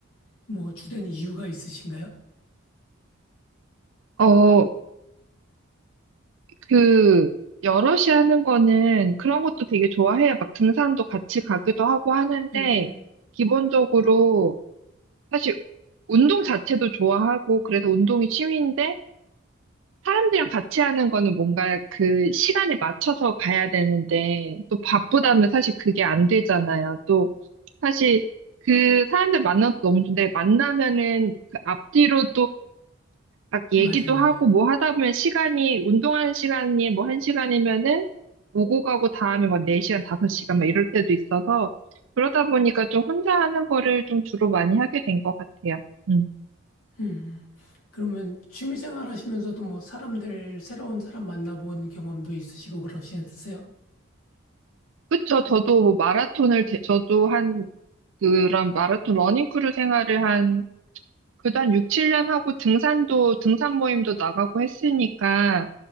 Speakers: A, on the left; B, on the right.
A: 뭐 주된 이유가 있으신가요?
B: 어, 그, 여럿이 하는 거는 그런 것도 되게 좋아해요. 막 등산도 같이 가기도 하고 하는데,
A: 음,
B: 기본적으로 사실 운동 자체도 좋아하고, 그래서 운동이 취미인데, 사람들이랑 같이 하는 거는 뭔가 그 시간에 맞춰서 가야 되는데, 또 바쁘다면 사실 그게 안 되잖아요. 또, 사실 그 사람들 만나도 너무 좋은데, 만나면은 그 앞뒤로 막 얘기도
A: 맞아요, 맞아요.
B: 하고 뭐 하다 보면 시간이, 운동하는 시간이 뭐 한 시간이면은 오고 가고 다음에 막 4시간, 5시간 막 이럴 때도 있어서 그러다 보니까 좀 혼자 하는 거를 좀 주로 많이 하게 된 것 같아요. 음.
A: 음, 음. 그러면 취미 생활 하시면서도 뭐 사람들 새로운 사람 만나본 경험도 있으시고 그러시겠어요?
B: 그쵸. 저도 뭐 마라톤을, 대- 저도 한 그런 마라톤 러닝크루 생활을 한, 그도 한 6, 7년 하고 등산도, 등산 모임도 나가고 했으니까